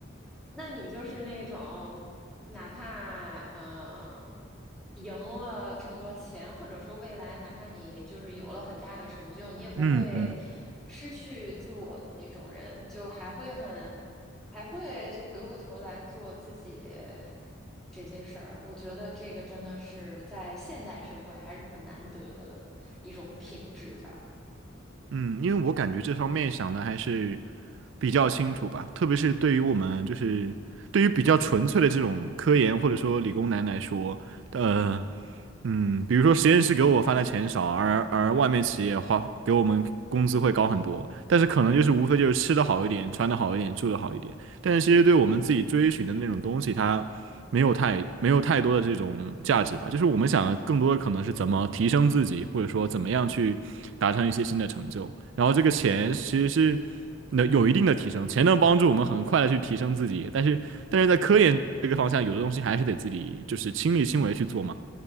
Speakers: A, in the centre; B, on the right (about 80°).
A: 那你就是那种，哪怕嗯、赢了这么多钱，或者说未来哪怕你就是有了很大的成就，你也不会
B: 嗯嗯。
A: 失去自我的那种人，就还会很，还会就回过头来做自己这些事儿。我觉得这个真的是在现代社会还是很难得的一种品质吧。
B: 嗯，因为我感觉这方面想的还是比较清楚吧，特别是对于我们就是对于比较纯粹的这种科研或者说理工男来说，呃，嗯比如说实验室给我发的钱少，而而外面企业花给我们工资会高很多，但是可能就是无非就是吃的好一点，穿的好一点，住的好一点，但是其实对我们自己追寻的那种东西，它没有太没有太多的这种价值吧。就是我们想的更多的可能是怎么提升自己，或者说怎么样去达成一些新的成就。然后这个钱其实是能有一定的提升，钱能帮助我们很快的去提升自己，但是但是在科研这个方向，有的东西还是得自己就是亲力亲为去做嘛。